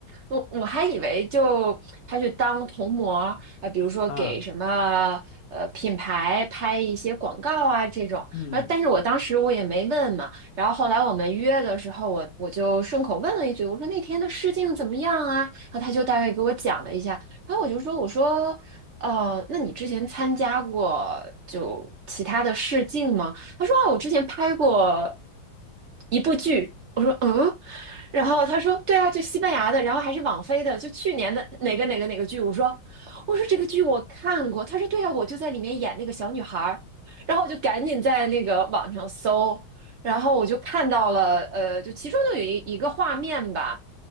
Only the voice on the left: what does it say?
<laughs> 啊，嗯，